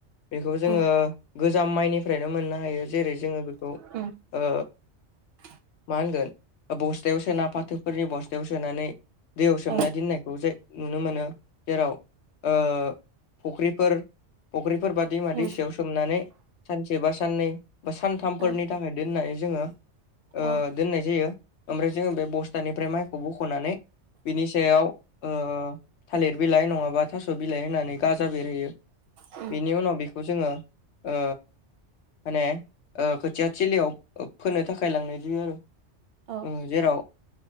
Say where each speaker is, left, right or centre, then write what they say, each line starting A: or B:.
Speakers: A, on the left; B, on the right.
A: बेखौ जोङो
B: उम
A: गोजाम माइनिफ्रायनो मोननो हायो जेरै जोङो बेखौ
B: उम
A: ओ
B: <inaudible>
A: मा होनगोन बस्थायाव सोना फाथोफोरनि बस्थायाव सोनानै दैयाव सोमना
B: औ
A: दोननायखौ जाय नुनो मोनो जेराव ओ फुख्रिफोर फुख्रिफोर बा दैमा
B: उम
A: दैसायाव सोमनानै सानसे बा साननै बा सानथामफोरनि
B: औ
A: थाखाय दोननानै जोङो ओ
B: औ
A: दोननाय जायो ओमफ्राय जोङो बे बसथानिफ्राय माइखौ बख'नानै बिनि सायाव ओ थालिर बिलाइ नङाबा थास' बिलाइ होनानै गाजा बेरहोयो
B: उम
A: बिनि उनाव बेखौ जोङो ओ माने खोथिया थिलियाव फोनो थाखाय लांनाय जायो आरो
B: औ
A: ओ जेराव